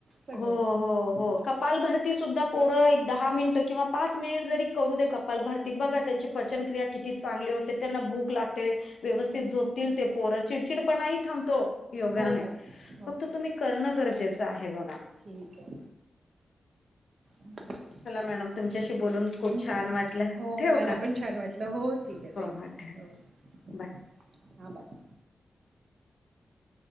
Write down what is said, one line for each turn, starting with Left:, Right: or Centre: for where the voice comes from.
Right: सगळं
Left: हो हो हो कपाल भरती सुद्धा पोरं एक दहा मिनिटं किंवा पाच मिनिट जरी करू दे कपाल भरती बघा त्यांची पचनक्रिया किती चांगली होते त्यांना भूक लागते. व्यवस्थित झोपतील ते पोरं चिडचिडपणाही थांबतो. योगा
Right: हो हो
Left: ने
Right: हो
Left: फक्त तुम्ही करणं गरजेचं आहे बघा.
Right: ठीकय <unintelligible>
Left: चला मॅडम तुमच्याशी बोलून खूप
Right: पण
Left: छान वाटलं
Right: हो
Left: ठेव
Right: मला
Left: का
Right: पण छान वाटलं हो ठीक आहे थँक्यू
Left: हो ठेव
Right: हो
Left: बाय
Right: हा बाय.